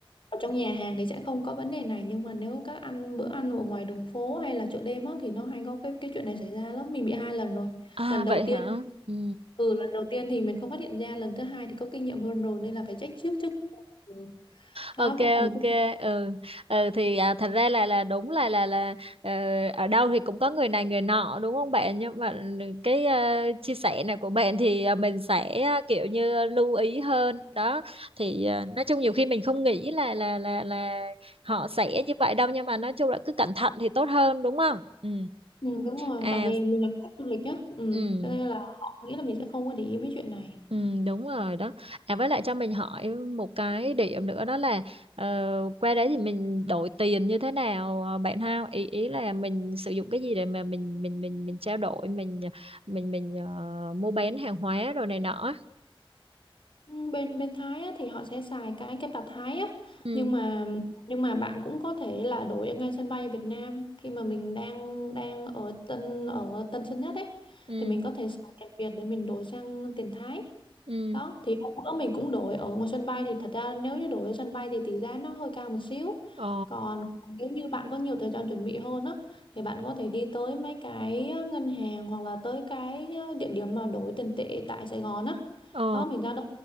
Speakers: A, on the left; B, on the right.
A: ở trong nhà hàng thì sẽ không có vấn đề này nhưng mà nếu các ăn bữa ăn ở ngoài đường phố hay là chợ đêm á thì nó hay có cái cái chuyện này xảy ra lắm mình bị hai lần rồi
B: À
A: lần
B: vậy
A: đầu tiên
B: hả? Ừ.
A: ừ lần đầu tiên thì mình không phát hiện ra lần thứ hai thì có kinh nghiệm hơn rồi nên là phải trách trước chứ ừ. đó
B: ok ok
A: cũng là một cái
B: ừ ừ thì à, thật ra là là đúng là là là ờ, ở đâu thì cũng có người này người nọ đúng không bạn nhưng mà ừ, cái ờ, chia sẻ này của bạn thì ờ, mình sẽ ờ, kiểu như ờ, lưu ý hơn đó thì ờ, nói chung nhiều khi mình không nghĩ là là là là họ sẽ như vậy đâu nhưng mà nói chung là cứ cẩn thận thì tốt hơn đúng không ừ
A: ừ, đúng rồi
B: à
A: tại vì mình là khách du lịch nhá ừ
B: ừ
A: cho nên là họ nghĩ là mình sẽ không có để ý mấy chuyện này ừ.
B: Ừ, đúng rồi đó. À với lại cho mình hỏi một cái điểm nữa đó là ờ, qua đấy thì mình đổi tiền như thế nào ờ, bạn ha? Ý ý là mình sử dụng cái gì để mà mình mình mình mình trao đổi, mình mình mình ờ, mua bán hàng hóa rồi này nọ. á.
A: Ừ, bên bên Thái á, thì họ sẽ xài cái cái bạt Thái á
B: Ừ
A: nhưng mà nhưng mà bạn cũng có thể là đổi ở ngay sân bay Việt Nam khi mà mình đang đang ở Tân ở Tân Sơn Nhất ấy
B: ừ
A: thì mình có thể xài tiền Việt để mình đổi sang tiền Thái
B: ừ.
A: đó thì hôm bữa mình cũng đổi ở ngoài sân bay thì thật ra nếu như đổi ở sân bay thì tỷ giá nó hơi cao một xíu
B: Ờ
A: còn nếu như bạn có nhiều thời gian chuẩn bị hơn á thì bạn có thể đi tới mấy cái ngân hàng hoặc là tới cái địa điểm mà đổi tiền tệ tại Sài Gòn á
B: ờ
A: đó mình ra đó